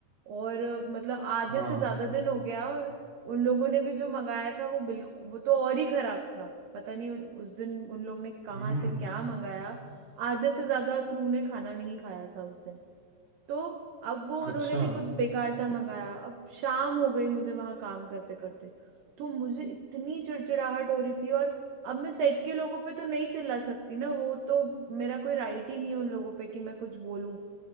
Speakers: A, on the right; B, on the right.
A: और अ, मतलब आधे
B: हाँ
A: से ज्यादा दिन हो गया और उन लोगों ने भी जो मंगाया था वो बिल्कुल वो तो और ही खराब था पता नहीं उन- उस दिन उन लोग ने कहाँ
B: हम्म
A: से क्या मंगाया आधे से ज्यादा क्रू ने खाना नहीं खाया था उस दिन तो अब वो उन्होंने
B: अच्छा
A: भी कुछ बेकार सा मंगाया अब शाम हो गई मुझे वहां काम करते करते तो मुझे इतनी चिड़चिड़ाहट हो रही थी और अब मैं सेट के लोगों पे तो नहीं चिल्ला सकती ना वो तो मेरा कोई राइट ही नहीं है उन लोगों पे कि मैं कुछ बोलूं